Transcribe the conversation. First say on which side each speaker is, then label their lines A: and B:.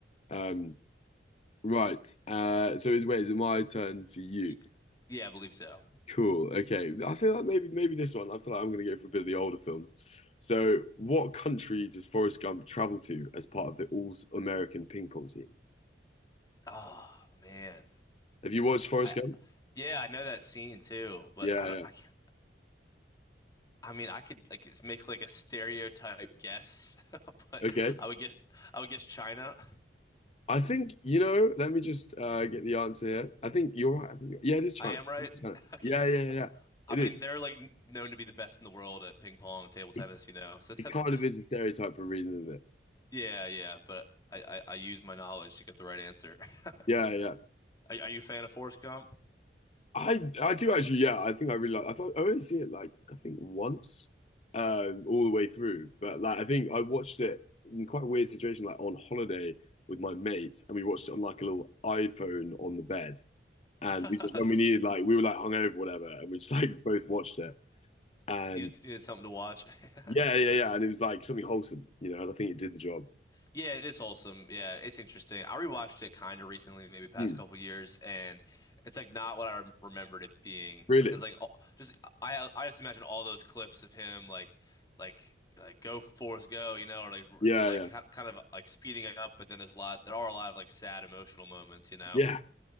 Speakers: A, on the left; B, on the left.
A: Um, right. Uh, so is wait, is it my turn for you?
B: Y- yeah, I believe so.
A: Cool. Okay. I feel like maybe maybe this one. I feel like I'm gonna go for a bit of the older films. So, what country does Forrest Gump travel to as part of the All American Ping Pong team?
B: Oh man,
A: Have you watched Forrest
B: I
A: Gump?
B: yeah, I know that scene too, but
A: Yeah,
B: I don't,
A: yeah.
B: I can't I mean, I could like it's make like a stereotype guess, <laughs> but
A: Okay.
B: I would guess I would guess China.
A: I think, you know, let me just uh get the answer here. I think you're right. I think you're, yeah, it is China.
B: I am right.
A: It's
B: <laughs>
A: China.
B: Okay.
A: Yeah, yeah, yeah. yeah.
B: I
A: It
B: mean,
A: is.
B: they're like n- known to be the best in the world at ping pong and table tennis,
A: It,
B: you know. <laughs> So that,
A: it kind of is a stereotype for a reason, isn't it?
B: yeah, yeah. But I, I, I use my knowledge to get the right answer. <laughs> Are,
A: Yeah, yeah.
B: are you a fan of Forrest Gump?
A: I I do actually, yeah, I think I really like I thought I only see it like I think once um all the way through. But like I think I watched it in quite a weird situation, like on holiday with my mates, and we watched it on like a little iPhone on the bed. And
B: <laughs>
A: we just when we needed like we were like hungover or whatever, and we just <laughs> like both watched it. And
B: Needed needed something to watch. <laughs>
A: yeah, yeah, yeah. And it was like something wholesome, you know, and I think it did the job.
B: Yeah, it is wholesome. Yeah, it's interesting. I rewatched it kind of recently, maybe past
A: Hmm.
B: couple years, and it's like not what I rem- remembered it being.
A: Really?
B: Because like all, just I I just imagine all those clips of him like like like go Forrest go, you know, or like r-
A: Yeah,
B: like
A: yeah.
B: ki- kind of like speeding it up. But then there's a lot there are a lot of like sad emotional moments, you know.
A: Yeah.